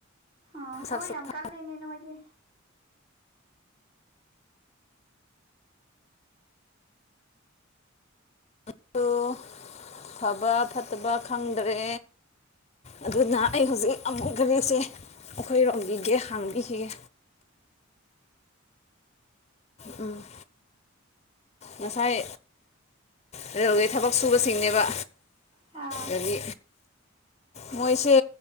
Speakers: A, on the right; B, on the left.
A: ꯑ ꯊꯕꯛ
B: ꯁꯛ ꯁꯛꯁꯨ
A: ꯌꯥꯝ ꯀꯜꯂꯦꯅꯦ ꯅꯣꯏꯗꯤ
B: ꯑꯗꯨꯨ ꯐꯕ ꯐꯠꯇꯕ ꯈꯪꯗ꯭ꯔꯦ ꯑꯗꯨꯅ ꯑꯩ ꯍꯧꯖꯤꯛ ꯑꯃꯨꯛ ꯒꯥꯔꯤꯁꯦ ꯑꯩꯈꯣꯏꯔꯣꯝꯕꯤꯒꯦ ꯍꯥꯡꯕꯤꯈꯤꯒꯦ ꯎꯝ ꯉꯁꯥꯏ ꯔꯦꯜꯋꯦ ꯊꯕꯛ ꯁꯨꯕꯁꯤꯡꯅꯦꯕ
A: ꯑꯥ
B: ꯑꯗꯨꯗꯤ ꯃꯣꯏꯁꯦ